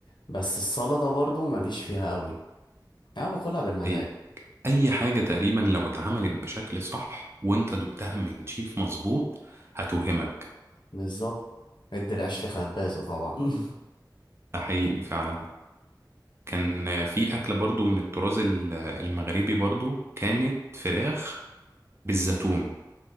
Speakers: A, on the left; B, on the right.
A: بس السلطه برضو ماليش فيها قوي انا باكلها بالمزاج
B: م. اي حاجة تقريبا لو اتعملت بشكل صح وانت دقتها من شيف مظبوط هتوهمك
A: بالظبط ادي العيش لخبازه طبعا <laughs>
B: ده حقيقي فعلا كان في اكلة برضو من الطراز ال- المغربي برضو كانت فراخ بالزيتون